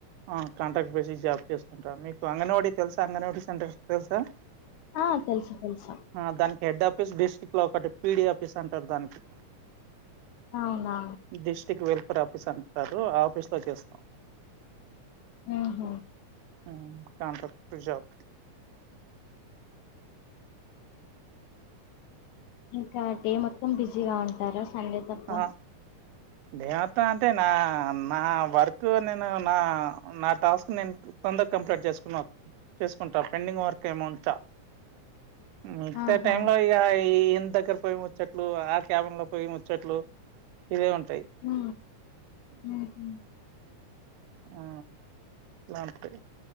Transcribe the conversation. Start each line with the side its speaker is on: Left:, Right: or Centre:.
Right: ఆ కాంట్రాక్ట్ బేసిస్ జాబ్ చేస్తా ఉంట మీకు అంగన్వాడి వాడి తెలుసా అంగన్వాడి సెంటర్ తెలుసా
Left: ఆ తెలుసు తెలుసు
Right: ఆ దానికి హెడ్ ఆఫీస్ డిస్ట్రిక్ట్ లో ఒకటి పిడి ఆఫీస్ అంటారు దానికి
Left: అవునా
Right: డిస్ట్రిక్ట్ వెల్ఫేర్ ఆఫీస్ అంటారు ఆ ఆఫీస్ లో చేస్తాం
Left: హహ
Right: ఆ కాంట్రాక్టు జాబ్
Left: ఇంకా డే మొత్తం బిజీగా ఉంటారు సండే తప్ప
Right: ఆ దే అత్తా అంటే నా నా వర్క్ నేను నా నా టాస్క్ నేన్ తొంద కంప్లెట్ జేస్కునా చేస్కుంటా పెండింగ్ వర్క్ ఏం ఉంచ్చ మితా
Left: ఆహా
Right: టై లో ఇగ ఈ ఇన్ దగ్గర్ పోయి ముచ్చట్లు ఆ క్యాబిన్ లో ము చెట్లు ఇవే ఉంటై
Left: ఉ ఉహు
Right: ఆ లాంతే